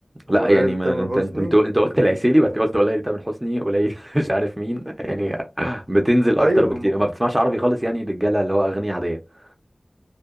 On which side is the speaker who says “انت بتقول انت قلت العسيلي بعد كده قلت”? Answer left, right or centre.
Right